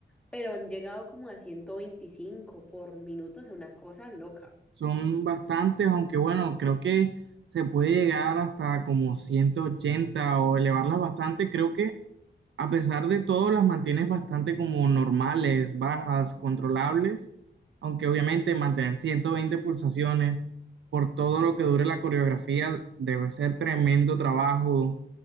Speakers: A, in the centre; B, on the right.
A: pero han llegado como a 125 por minuto, o sea, una cosa loca.
B: Son bastantes, aunque bueno, creo que se puede llegar hasta como 180 o elevarlas bastante. Creo que a pesar de todo las mantienes bastante como normales, bajas, controlables, aunque obviamente mantener 120 pulsaciones por todo lo que dure la coreografía debe ser tremendo trabajo